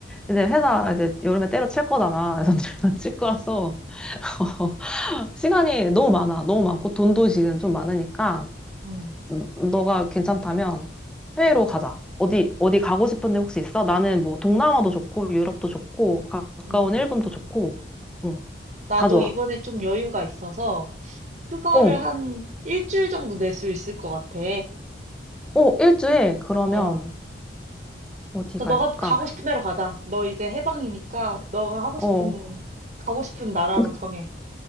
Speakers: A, in the centre; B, on the right (about 45°).
A: 이제 회사 이제 여름에 때려칠 거잖아. 그래서 <laughs> 칠 거라서. <laughs> 시간이 너무 많아. 너무 많고, 돈도 지금 좀 많으니까,
B: 응,
A: 음, 너가 괜찮다면 해외로 가자. 어디, 어디 가고 싶은 데 혹시 있어? 나는 뭐 동남아도 좋고, 유럽도 좋고, 가까운
B: 응.
A: 일본도 좋고, 응,
B: 나도
A: 다 좋아.
B: 이번에 좀 여유가 있어서 휴가를
A: 어,
B: 한 일주일 정도 낼 수 있을 것 같아.
A: 어, 일주일? 그러면,
B: 어.
A: 어디
B: 그래서
A: 갈까?
B: 너가 가고 싶은 데로 가자. 너 이제 해방이니까 너가 하고
A: 어,
B: 싶은, 가고 싶은 나라로
A: <laughs>
B: 정해.